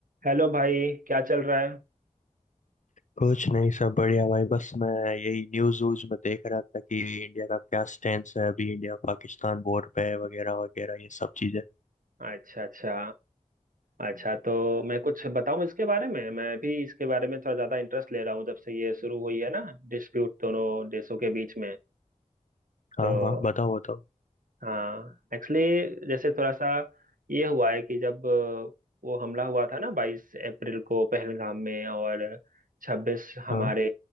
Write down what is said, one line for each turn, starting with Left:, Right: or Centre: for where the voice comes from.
Right: हेलो भाई क्या चल रहा है
Left: कुछ नहीं सब बढ़िया भाई बस मैं यही न्यूज व्यूज में देख रहा था कि इंडिया का क्या स्टैंड है अभी इंडिया पाकिस्तान बॉर्डर पे है वगैरह वगैरह ये सब चीजें
Right: अच्छा अच्छा अच्छा तो मैं कुछ बताऊं इसके बारे में मैं भी इसके बारे में थोड़ा ज़्यादा इंटरेस्ट ले रहा हूँ जब से ये शुरू हुई है ना डिस्प्यूट दोनों देशों के बीच में तो
Left: हाँ हाँ बताओ बताओ
Right: हाँ एक्चुअली जैसे थोड़ा सा ये हुआ है कि जब अ, वो हमला हुआ था ना बाईस अप्रैल को पहलगाम में और छब्बीस हमारे
Left: हाँ